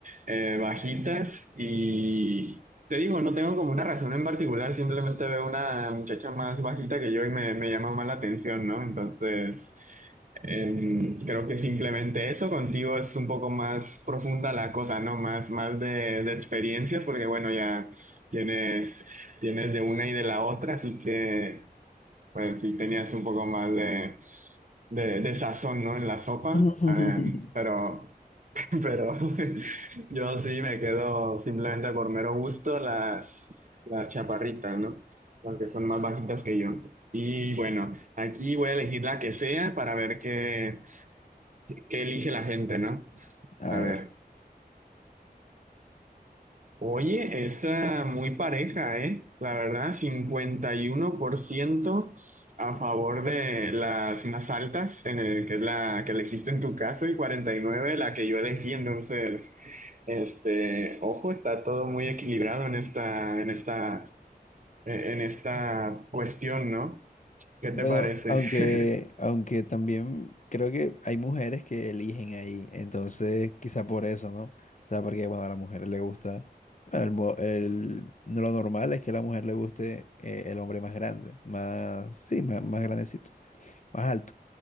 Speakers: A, on the right; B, on the left.
A: eh, bajitas y... Te digo, no tengo como una razón en particular, simplemente veo una muchacha más bajita que yo y me, me llama más la atención, ¿no? Entonces... Em, creo que simplemente eso, contigo es un poco más profunda la cosa, ¿no? Más, más de, de experiencias, porque bueno, ya tienes, tienes de una y de la otra, así que pues sí tenías un poco más de, de, de sazón, ¿no? En la sopa,
B: <laughs>
A: Em, pero, <laughs> pero <laughs> yo sí me quedo simplemente por mero gusto las, las chaparritas, ¿no? Las que son más bajitas que yo. Y bueno. Aquí voy a elegir la que sea para ver qué, qué elige la gente, ¿no?
B: A
A: A
B: ver.
A: ver. Oye, está muy pareja, ¿eh? La verdad, 51% a favor de las más altas, en el- que es la que elegiste en tu caso, y 49% la que yo elegí. Entonces, este, ojo, está todo muy equilibrado en esta, en esta, eh, en esta cuestión, ¿no? ¿Qué
B: Bueno,
A: te parece?
B: aunque,
A: <laughs>
B: aunque también creo que hay mujeres que eligen ahí, entonces quizá por eso, ¿no? O sea, porque bueno, a la mujer le gusta, bueno, el, mo- el- no, lo normal es que a la mujer le guste eh, el hombre más grande, más, sí, más, más grandecito, más alto.